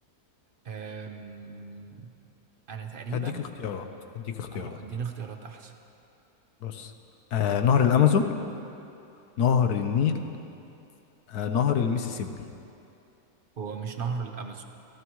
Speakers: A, on the right (about 40°); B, on the left (about 80°).
A: أم... انا تقريبا
B: هديك اختيارات هديك اختيارات
A: اه اديني اختيارات احسن
B: بص آه نهر الامازون نهر النيل آه نهر المسيسيبي
A: هو مش نهر الامازون